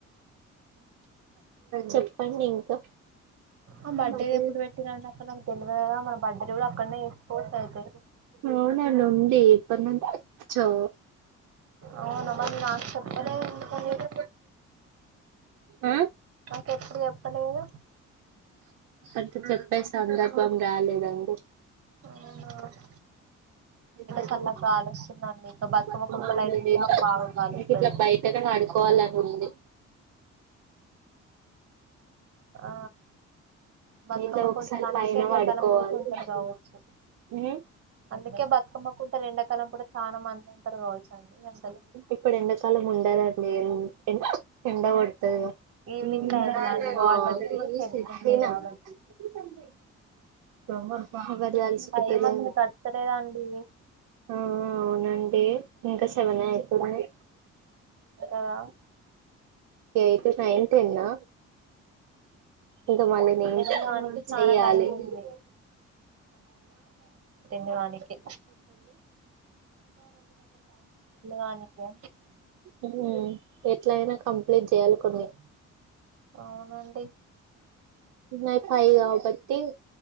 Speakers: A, on the right (about 80°); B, on the right (about 50°).
A: చెప్పండి ఇంకా.
B: ఆ బర్త్డే
A: మడే
B: ఎప్పుడు పెట్టిరండి అక్కడ నాకు తెలవదుగా మన బర్త్డే కూడా అక్కడనే చేసుకోవచ్చు అయితే
A: అవును హెలొండి ఇబ్బంది ఉంటే ఉచ్చో.
B: అవున మరి నాకు చెప్పలేదు ఎందుకండి మీరు?
A: ఆ
B: నాకు ఎప్పుడు చెప్పలేదు
A: అంత చెప్పేసి. సందర్భం రాలేదండి.
B: అవునా
A: బయట
B: చల్లగా గాలోస్తుందండి ఇంకా బతుకమ్మ
A: పనులు
B: కుంటలు
A: ఉన్నాయి
B: అయితే ఇంకా
A: కాబట్టి
B: బాగా గాలోస్తది
A: టెనే వాడుకోవాలని ఉంది.
B: ఆ బతుకమ్మ
A: ఈ ఇంత ఒకసారి
B: కుంటలు అందుకే
A: పైన
B: ఎండాకాలం
A: వడుకోవాలి.
B: పూట ఉంటరు
A: ఆ
B: కావచ్చు అందుకే బతుకమ్మ కుంటలు ఎండాకాలం పూట చానా మంది ఉంటరు కావచ్చండి అసలు
A: ఇప్పుడ ఎండాకాలం. ఉండరండి ఎం ఎండ కొడతది కద. చెప్పిన
B: ఈవినింగ్ టైమ్స్ లో అండి వాటర్ కి చెట్లు ఉంటయి కాబట్టి
A: ఎవరు తలుసుకుంటుర్రో
B: టైం అసలు గడుస్తలేదండి
A: ఆఆ అవునండి. ఇంకా సెవెనే అయితుంది.
B: కదా
A: ఎయిత్, నైన్, టెన్నా? ఇంకా మళ్ళీ నేన్
B: టెన్ కానికి చానా
A: చెయ్యాలి.
B: టైం ఉంది న్యానికి. కానికి
A: ఉమ్ ఎట్ల అయినా కంప్లీట్ జేయాలి కొన్ని.
B: అవునండి
A: నయ్ ఫై గాబట్టి